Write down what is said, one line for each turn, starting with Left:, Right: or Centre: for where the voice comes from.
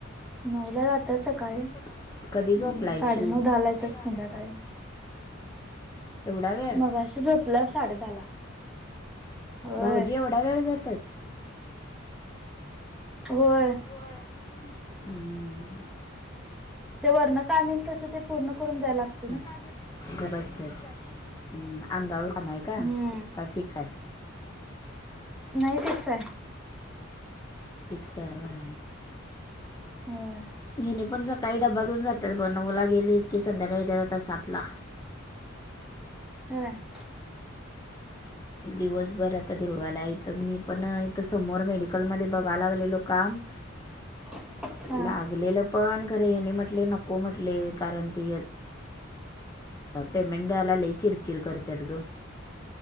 Centre: नऊला जातात सकाळी
Left: सकाळी कधी
Centre: हम्म
Left: झोपलाय
Centre: साडेनऊ
Left: शिव? साडेनऊ
Centre: येतात
Left: दहाला
Centre: संध्याकाळी
Left: एवढा वेळ
Centre: मगाशी झोपला साडे दहाला होय
Left: भाऊजी एवढा वेळ जातात?
Centre: होय.
Left: होय अं
Centre: जे वरनं काम येईल तसं ते पूर्ण करून द्या लागत
Left: हम्म <unintelligible> हम्म आंगावर काम हाय का
Centre: हम्म
Left: काय फिक्स हाय?
Centre: नाय फिक्स हाय.
Left: फिक्स हाय व्हय
Centre: होय
Left: हिने पण सकाळी डबा घेऊन जात्यात ब नऊला गेलीत की संध्याकाळी येत्यात आता सातला.
Centre: हम्. <inaudible>
Left: दिवसभर आता दुर्वालाय हिथं मी पण इथं समोर मेडिकलमध्ये बघाय लागलेलो काम
Centre: <inaudible> हा
Left: लागलेलं पण खरे हेनी म्हटले नको म्हटले कारण ती पेमेंट द्यायला लई किरकीर करत्यात गं.